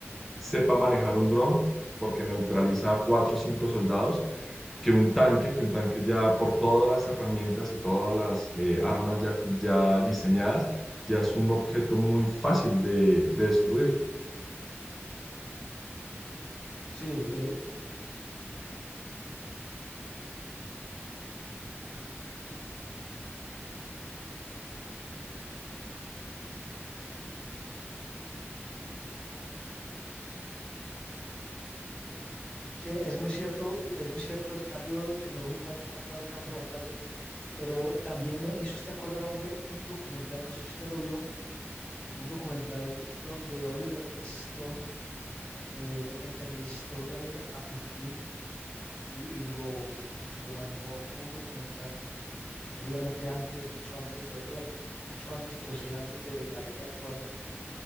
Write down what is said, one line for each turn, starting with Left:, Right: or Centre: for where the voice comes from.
Centre: sepa manejar un dron, porque neutraliza a cuatro o cinco soldados, que un tanque, que un tanque ya por todas las herramientas y todas las eh, armas ya, ya diseñadas, ya es un objeto muy fácil de, de destruir.
Left: Sí, eh, sí, es muy cierto, es muy cierto, el cambio tecnológico ha impactado el campo de batalla. Pero también me, me hizo usted acordar, hombre, un documental, no sé si usted lo vio, como un documental donde Oliver Stone eh, entrevistó también a Putin y, y lo, y lo manejó como un documental, obviamente antes, mucho antes de, bueno, no mucho antes, pero sí antes de la guerra actual.